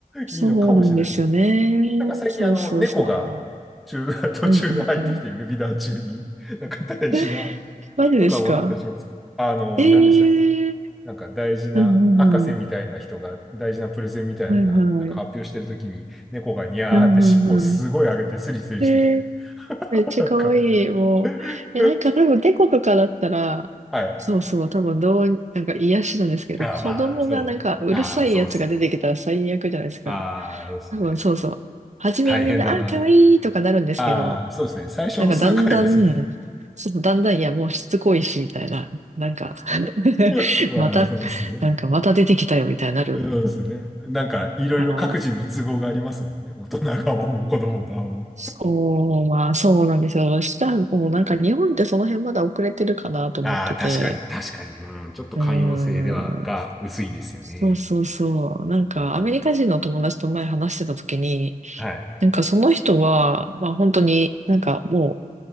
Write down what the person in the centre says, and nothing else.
いいのかもしれないですけど。なんか最近あの、
猫が中、<laughs> 途中で入ってきて、
ウェビナー中に、<laughs> なんか大事な、
とかはあったりします。あの、
何でしたっけなんか大事な博士みたいな人が大事なプレゼンみたいな、
なんか発表してるときに猫がニャーって尻尾をすごい上げてスリスリしてきて、
<laughs>
なんか、
<laughs>
はい。
あ、
まあ、そう。
ああ、そうっすね。ああ、そうですね。
大変だな。
ああ、そうですね。最初の数回はそうです。
<laughs> まあ、
そうですね。
そうですね。なんか、いろいろ各人の都合がありますもんね。
大人側も子供側も。
ああ、確かに、確かに。うん、ちょっと寛容性では、
が薄いですよね。
ああ、はい。